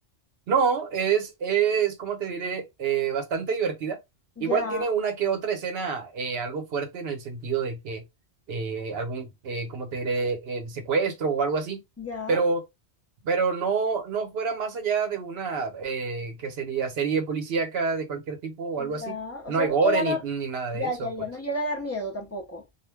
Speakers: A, on the right (about 65°); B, on the left (about 20°).
A: No, es, es, como te diré, Eh, bastante divertida. Igual
B: Ya,
A: tiene una que otra escena eh, algo fuerte en el sentido de que eh, algún, eh, como te diré, el secuestro o algo así,
B: ya,
A: pero, pero no, no fuera más allá de una eh, que sería serie policíaca de cualquier tipo o algo así.
B: ya. O
A: No
B: sea,
A: hay
B: no
A: gore
B: llega a
A: ni,
B: dar,
A: ni nada
B: ya,
A: de eso,
B: ya, ya,
A: pues.
B: no llega a dar miedo tampoco.